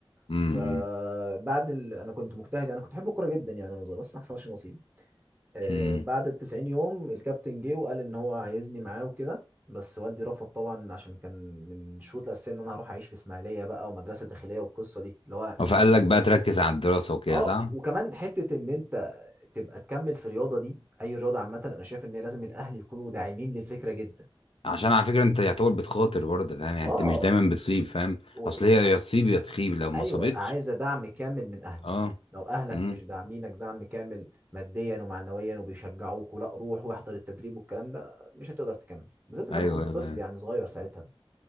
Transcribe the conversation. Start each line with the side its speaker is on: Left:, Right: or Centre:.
Left: امم
Right: فبعد ال... انا كنت مجتهد انا كنت بحب الكوره جدا يعني وانا صغير بس ما حصلش نصيب آه
Left: امم
Right: بعد ال 90 يوم الكابتن جه وقال ان هو عايزني معاه وكده بس والدي رفض طبعا عشان كان من الشروط الاساسيه ان انا هروح اعيش في اسماعيليه بقى ومدرسه داخليه والقصه دي اللي هو
Left: فقال لك بقى تركز على الدراسة وكده
Right: اه
Left: صح؟
Right: وكمان حته ان انت تبقى تكمل في الرياضه دي اي رياضه عامه انا شايف ان هي لازم الاهل يكونوا داعمين للفكره جدا
Left: عشان على فكرة انت يعتبر بتخاطر برضه فاهم يعني
Right: اه
Left: انت مش دايما بتصيب فاهم
Right: و...
Left: اصل
Right: إيه،
Left: هي يا تصيب يا تخيب لو ما
Right: ايوه
Left: صابتش
Right: عايزه دعم كامل من اهلك
Left: اه
Right: لو اهلك
Left: امم
Right: مش داعمينك دعم كامل ماديا ومعنويا وبيشجعوك ولا روح واحضر التدريب والكلام ده مش هتقدر تكمل بالذات ان
Left: ايوه
Right: انا كنت
Left: أنا
Right: طفل
Left: فاهم
Right: يعني صغير ساعتها